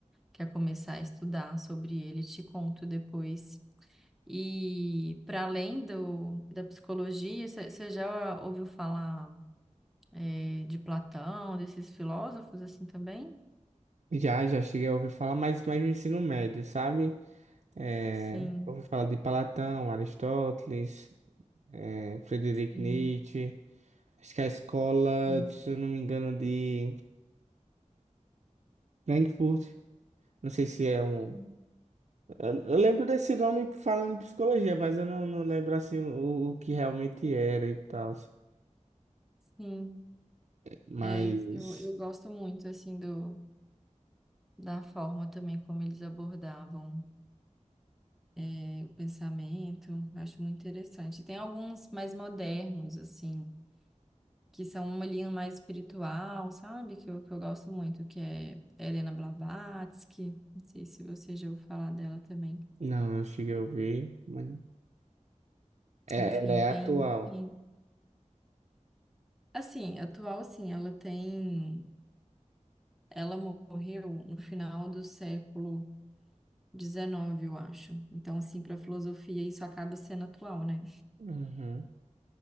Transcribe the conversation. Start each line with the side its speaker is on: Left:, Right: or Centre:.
Centre: quer começar a estudar sobre ele, te conto depois. E para além do, da psicologia, você já ouviu falar, é, de Platão, desses filósofos assim também?
Right: Já, já cheguei a ouvir falar, mas mais no ensino médio, sabe? É,
Centre: Sim,
Right: ouvi falar de Platão, Aristóteles, é, Friedrich
Centre: sim,
Right: Nietzsche. Acho que a escola,
Centre: sim.
Right: se eu não me engano, de Frankfurt. Não sei se é um.
Centre: Hum,
Right: Eu, eu lembro desse nome falando em psicologia, mas eu não, não lembro assim o, o que realmente era e tal.
Centre: Sim,
Right: Mas.
Centre: é, eu, eu gosto muito assim do, da forma também como eles abordavam. né, o pensamento. Eu Acho muito interessante. Tem alguns mais modernos, assim, que são uma linha mais espiritual, sabe? Que eu, que eu gosto muito, que é Helena Blavatsky. Não sei se você já ouviu falar dela também.
Right: Não, não cheguei a ouvir. Mas... É,
Centre: Enfim,
Right: ela é
Centre: tem,
Right: atual.
Centre: tem... Assim, atual, assim, ela tem... Ela morreu no final do século XIX, eu acho. Então, assim, para a filosofia, isso acaba sendo atual, né?
Right: Uhum,